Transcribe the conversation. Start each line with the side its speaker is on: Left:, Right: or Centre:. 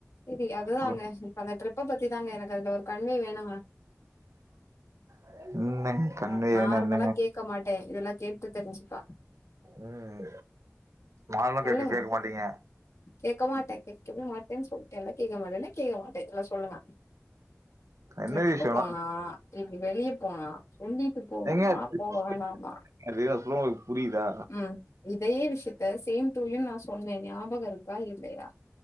Left: சரி அதுதாங்க
Right: சொல்லுங்க
Left: இப்ப அந்த ட்ரிப்ப பத்தி தாங்க எனக்கு அதுல ஒரு கன்வே வேணுங்க
Right: <unintelligible>
Left: ந நார்மலா
Right: என்னங்க
Left: கேக்க மாட்டே இதெல்லா கேட்டுட் தெரிஞ்சிப்பா
Right: ம் நார்மலா
Left: சொல்லுங்க
Right: கேட்டுட்டே இருக்க மாட்டீங்க
Left: கேக்க மாட்டே கேக்கவே மாட்டேன்னு செல்லிட்டேன்ல்ல கேக்க மாட்டேன்னா கேகக மாட்டேன் இதுல சொல்லுங்க டரிப்பு
Right: என்ன விஷயம்னா
Left: போனா இல்ல வெளிய போனா சொல்லிட்டு போகணுமா
Right: ஏங்க ட்ரிப்
Left: போக வேணாமா
Right: அது நா சொல்ல உங்களுக்கு புரியுதா
Left: ம் இதே விஷயத்த சேம் டூ யூ நா சொன்னே ஞாபகம் இருக்கா இல்லையா